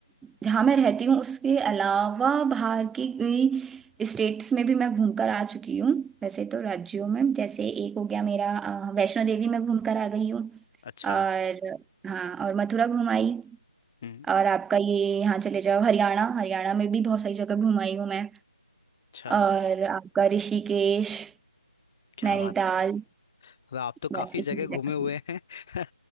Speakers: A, in the centre; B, on the left.
A: जहाँ मैं रहती हूँ उसके अलावा बाहर की स्टेट्स में भी मैं घूमकर आ चुकी हूँ वैसे तो राज्यों में जैसे एक हो गया मेरा अ, वैष्णो देवी में घूमकर आ गई हूँ
B: अच्छा
A: और हाँ और मथुरा घुमाई
B: हम्म
A: और आपका ये यहाँ चले जाओ हरियाणा हरियाणा में भी बहुत सारी जगह घुमाई हूँ मैं
B: अच्छा
A: और आपका ऋषिकेश
B: क्या
A: नैनीताल
B: बात है मतलब आप तो
A: बस
B: काफी
A: इतनी
B: जगह घूमे
A: जगह
B: हुए
A: पे।
B: हैं <laughs>